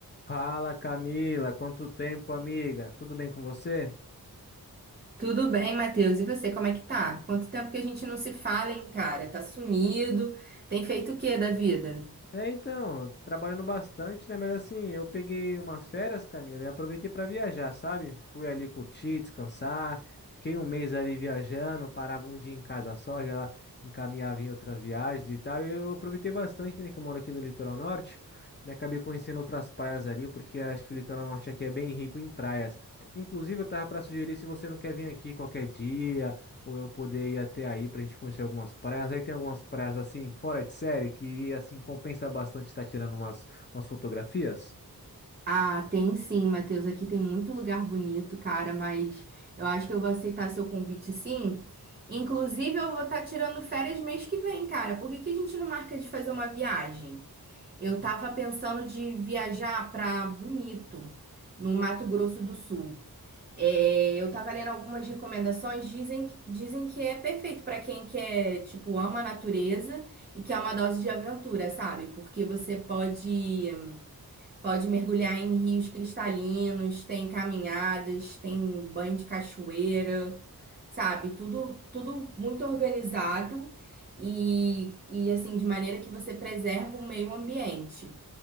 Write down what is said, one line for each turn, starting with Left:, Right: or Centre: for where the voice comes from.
Left: Fala Camila, quanto tempo, amiga? Tudo bem com você?
Right: Tudo bem, Matheus? E você, como é que tá? Quanto tempo que a gente não se fala, hein, cara? Tá sumido. Tem feito o quê da vida?
Left: É, então, trabalhando bastante, né? Mas assim, eu peguei umas férias, Camila, e aproveitei para viajar, sabe? Fui ali curtir, descansar. Fiquei um mês ali viajando, parava um dia em casa só, já encaminhava em outras viagens e tal. Eu aproveitei bastante, né? Que eu moro aqui no litoral norte, né? Acabei conhecendo outras praias ali, porque acho que o litoral norte aqui é bem rico em praias. Inclusive, eu tava para sugerir se você não quer vir aqui qualquer dia. ou eu poder ir até aí pra gente conhecer algumas praias. Aí tem algumas praias assim, fora de série, que assim compensa bastante estar tirando umas, umas fotografias.
Right: Ah, tem sim, Matheus. Aqui tem muito lugar bonito, cara, mas eu acho que eu vou aceitar seu convite sim. Inclusive, eu vou estar tirando férias mês que vem, cara. Por que que a gente não marca de fazer uma viagem? Eu tava pensando de viajar pra Bonito, no Mato Grosso do Sul. É, eu tava lendo algumas recomendações, dizem que, dizem que é perfeito pra quem quer, tipo, ama a natureza e que é uma dose de aventura, sabe? Porque você pode pode mergulhar em rios cristalinos, tem caminhadas, tem banho de cachoeira, sabe? Tudo tudo muito organizado e, e assim de maneira que você preserva o meio ambiente.